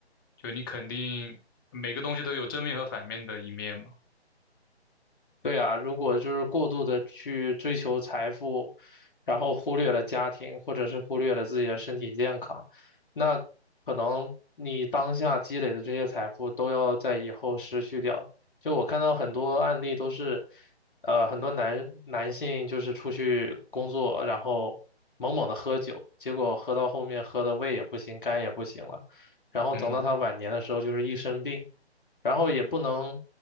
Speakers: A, on the left; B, on the left.
A: 就你肯定每个东西都有正面和反面的一面嘛。
B: 对啊，如果就是过度的去追求财富，然后忽略了家庭，或者是忽略了自己的身体健康，那可能你当下积累的这些财富都要在以后失去掉。就我看到很多案例都是，呃，很多男男性就是出去工作，然后猛猛的喝酒，结果喝到后面喝的胃也不行，肝也不行了，然后等到他晚年的时候就是一身病。
A: 嗯
B: 然后也不能